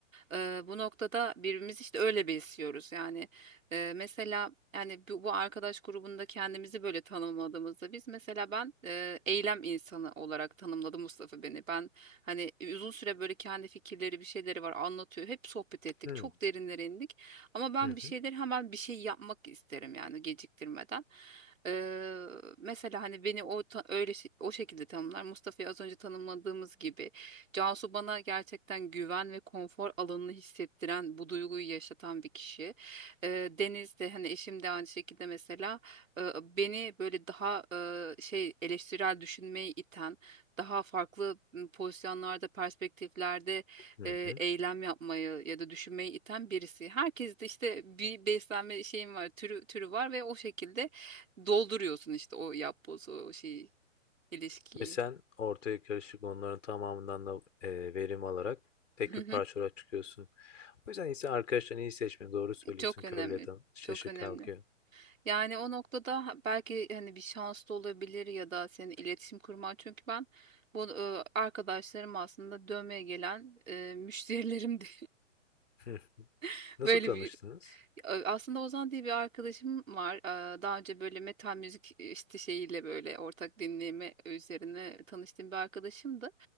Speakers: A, on the right (about 85°); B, on the left (about 70°).
A: E, bu noktada birbirimizi işte öyle besliyoruz yani e, mesela yani bu, bu arkadaş grubunda kendimizi böyle tanımladığımızda biz mesela ben e, eylem insanı olarak tanımladı Mustafa beni ben hani uzun süre böyle kendi fikirleri bir şeyleri var anlatıyor hep sohbet ettik
B: Hı
A: çok derinlere indik ama ben
B: hı hı.
A: bir şeyleri hemen bir şey yapmak isterim yani geciktirmeden. Ee, mesela hani beni o ta- öyle şey- o şekilde tanımlar. Mustafa'yı az önce tanımladığımız gibi Cansu bana gerçekten güven ve konfor alanını hissettiren, bu duyguyu yaşatan bir kişi. Ee, Deniz de hani eşim de aynı şekilde mesela e, beni böyle daha e, şey eleştirel düşünmeyi iten, daha farklı m, pozisyonlarda, perspektiflerde
B: hı
A: e, eylem yapmayı ya da düşünmeyi iten birisi. Herkes de işte bir beslenme şeyim var, türü türü var ve o şekilde dolduruyorsun işte o yapbozu, o şeyi, ilişkiyi.
B: Ve sen ortaya karışık onların tamamından da e, verim alarak tek
A: Hı hı.
B: bir parçalara çıkıyorsun. O yüzden ise arkadaşlarını iyi seçme. Doğru söylüyorsun.
A: Çok
B: Körle
A: önemli.
B: yatan şaşı
A: Çok önemli.
B: kalkıyor.
A: Yani o noktada ha- belki hani bir şans da olabilir ya da senin iletişim kurman. Çünkü ben bu e, arkadaşlarım aslında dövmeye gelen e, müşterilerimdi.
B: Hı.
A: <laughs>
B: Nasıl
A: Böyle
B: tanıştınız?
A: bir Ö- Aslında Ozan diye bir arkadaşım var. Aa, Daha önce böyle metal müzik işte şeyiyle böyle ortak dinleme üzerine tanıştığım bir arkadaşımdı.